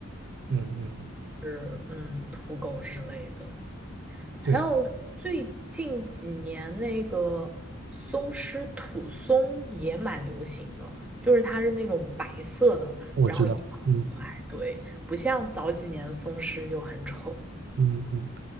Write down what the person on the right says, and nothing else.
嗯嗯，
对，
我知道。
嗯
嗯嗯。